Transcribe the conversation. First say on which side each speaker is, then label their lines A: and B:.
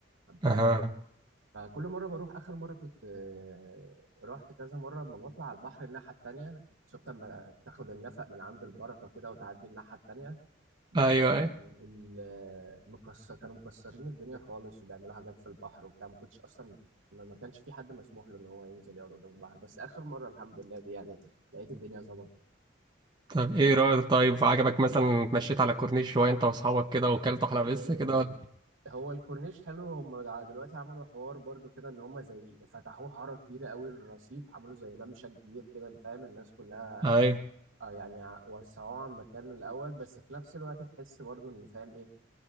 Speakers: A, on the right (about 20°); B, on the right (about 80°).
A: <laughs>
B: بتاعتي
A: اها
B: فكل مره بروح اخر مره كنت آه، رحت كذا مره لما بطلع على البحر الناحيه التانيه شفت لما تاخد النفق من عند البركه كده وتعدي الناحيه التانيه بتلاقي
A: ايوه ايوه
B: ال- المكسر كانوا مكسرين الدنيا خالص وبيعملوا حاجات في البحر وبتاع ما كنتش اصلا ما ما كانش في حد مسموح له ان هو ينزل يقعد قدام البحر بس اخر مره الحمد لله دي يعني لقيت الدنيا ظبطت
A: طب ايه رايك طيب عجبك مثلا اتمشيت على الكورنيش شويه انت واصحابك كده وكلتوا حلقه بس
B: آه،
A: كده ولا
B: هو الكورنيش حلو هم دع- دلوقتي عملوا حوار برضو كده ان هم زي فتحوه حاره كبيره قوي للرصيف عملوا زي ممشى كبير كده فاهم الناس كلها
A: ايوه
B: آه يعني ع- وسعوه عن مكان الاول بس في نفس الوقت تحس برضو ان فاهم ايه